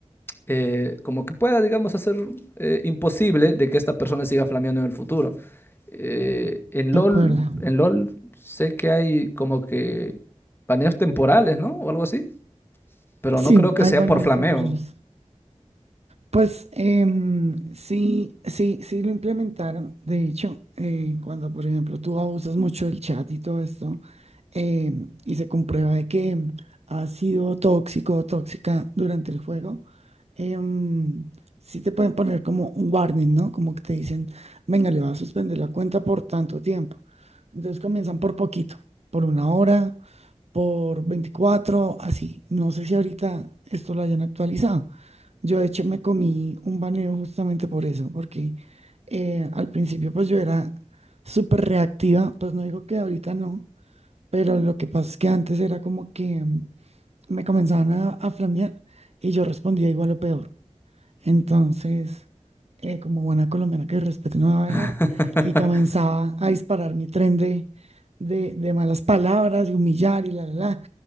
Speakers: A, on the left; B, on the right.
A: eh, como que pueda, digamos, hacer eh, imposible de que esta persona siga flameando en el futuro. Eh, en
B: de
A: LOL,
B: acuerdo.
A: en LOL sé que hay como que baneos temporales, ¿no? O algo así. Pero
B: Sí,
A: no creo que
B: hay
A: sea
B: baños
A: por flameo.
B: temporales. Pues em, sí, sí, sí lo implementaron. De hecho, eh, cuando, por ejemplo, tú abusas mucho del chat y todo esto, em, y se comprueba de que has sido tóxico o tóxica durante el juego, em, sí te pueden poner como un warning, ¿no? Como que te dicen, venga, le vas a suspender la cuenta por tanto tiempo. Entonces comienzan por poquito, por una hora, por 24, así. No sé si ahorita esto lo hayan actualizado. Yo de hecho me comí un baneo justamente por eso, porque eh, al principio pues yo era súper reactiva, pues no digo que ahorita no, pero lo que pasa es que antes era como que mm, me comenzaban a, a flamear y yo respondía igual o peor. Entonces, eh, como buena colombiana que respeto no me va a
A: <laughs>
B: dejar. Y comenzaba a disparar mi tren de, de, de malas palabras y humillar y la, la, la.